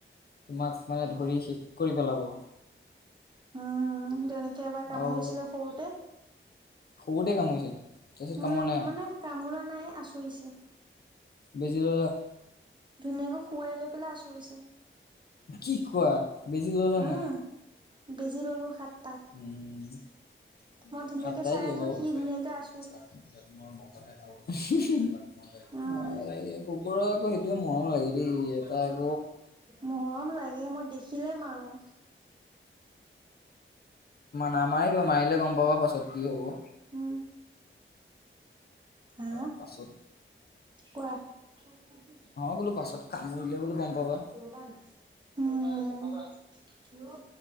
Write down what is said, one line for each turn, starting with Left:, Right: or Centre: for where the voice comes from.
Left: তোমাক মানে ধৰি শেষ কৰি পেলাব।
Right: উম তেনেকে এবাৰ কামুৰিছিলে
Left: আৰু
Right: সৰুতে
Left: সৰুতে কামুৰিছে? তাৰপিছত কামোৰা
Right: উম
Left: নাই আৰু
Right: মানে কামোৰা নাই আচুৰিছে।
Left: বেজি ল'লা?
Right: ধুনীয়াকে শুৱাই লৈ পেলাই আচুৰিছে।
Left: কি কোৱা, বেজি ল'ল নে
Right: উম
Left: নাই?
Right: বেজি ল'লো সাত
Left: উম
Right: মই ধুনীয়াকে
Left: সাপ্তাহে
Right: চাই
Left: দিয়ে
Right: আছো,
Left: বাৰু।
Right: সি
Left: অ'
Right: ধুনীয়াকে আচ
Left: এই কুকুৰ আকৌ সেইটোৱে
Right: উম
Left: মৰম। লাগে দেই এটাক
Right: মৰম লাগে, মই দেখিলেই মাৰো।
Left: নামাৰিবা, মাৰিলে গ'ম পাবা পাছত কি হ'ব।
Right: উম হা
Left: তাৰপাছত
Right: কোৱা? <unintelligible>
Left: বোলো পাছত কামুৰিলে বোলো গম পাবা
Right: ব নাই